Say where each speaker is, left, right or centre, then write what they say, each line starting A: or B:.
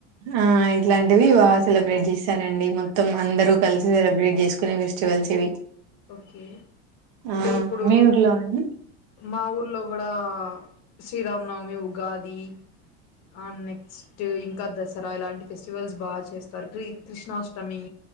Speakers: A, on the right; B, on the left.
A: ఆ ఇట్లాంటివి బాగా సెలబ్రేట్ చేశారండి మొత్తం అందరు
B: ఓకే.
A: సెలబ్రెట్ జేసుకునే ఫెస్టివల్స్ ఇవి
B: ఓకే అంటే
A: ఆ
B: ఇప్పుడు
A: మీ ఊర్లో అండి
B: మా ఊర్లో కూడా శ్రీరామ్ నవమి ఉగాది ఆ నెక్స్ట్ ఇంకా దసరా ఇలాంటి ఫెస్టివల్స్ బాగా చేస్తారు క్రి కృష్ణాష్టమి